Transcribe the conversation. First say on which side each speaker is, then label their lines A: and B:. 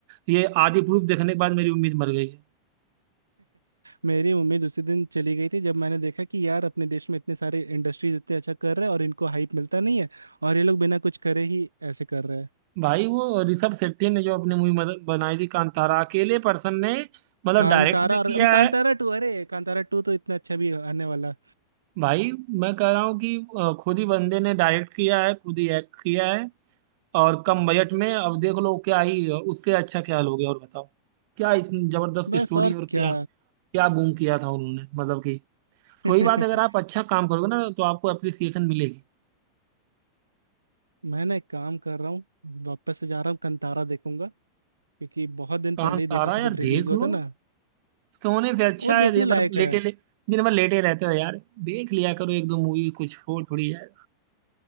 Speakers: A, on the right; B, on the right.
A: ये आदि पुरुष देखने के बाद मेरी उम्मीद मर गई है
B: मेरी उम्मीद उसी दिन चली गई थी जब मैंने देखा कि यार अपने देश में इतने सारे इंडस्ट्रीज इतने अच्छा कर रहे हैं और इनको हाइप मिलता नहीं है और ये लोग बिना कुछ करे ही ऐसे कर रहे हैं
A: भाई वो ऋषभ शेट्टी ने जो अपनी मूवी बनाई थी कांतारा अकेले पर्सन ने मतलब
B: कांतारा
A: डायरेक्ट भी
B: और
A: किया
B: अभी कांतारा
A: है
B: टू अरे कांतारा टू तो इतना अच्छा भी आने वाला
A: भाई मैं कह रहा हूँ कि अ, खुद ही बंदे ने डायरेक्ट किया है खुद ही एक्ट किया है और कम बजट में अब देख लो क्या ही उससे अच्छा क्या लोगे और बताओ क्या इतनी जबरदस्त
B: बस
A: स्टोरी
B: और
A: और
B: क्या
A: क्या क्या बूम किया था उन्होंने मतलब कि
B: <laughs>
A: कोई बात अगर आप अच्छा काम करोगे ना तो आपको अप्रिसिएशन मिलेगी
B: मैं ना एक काम कर रहा हूँ वापस से जा रहा हूँ कांतारा देखूंगा क्योंकि बहुत दिन पहले
A: काम
B: ही देखा
A: सारा
B: था
A: यार
B: जब रिलीज
A: देख
B: हुआ
A: लो
B: था ना
A: सोने से अच्छा
B: वो देखने
A: है दे-
B: लायक
A: मतलब
B: है
A: लेटे ले दिन भर लेटे रहते हो यार देख लिया करो एक दो मूवी कुछ हो थोड़ी यार